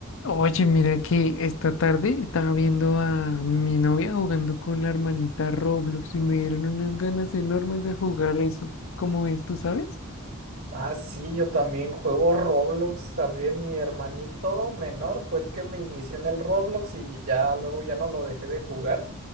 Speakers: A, on the left (about 65°); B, on the right (about 75°).
A: Oye, mira que esta tarde estaba viendo a mi novia jugando con la hermanita Roblox y me dieron unas ganas enormes de jugar eso. ¿Cómo es, tú sabes?
B: Ah, sí, yo también juego Roblox, también mi hermanito menor fue el que me inició en el Roblox y ya luego ya no lo dejé de jugar.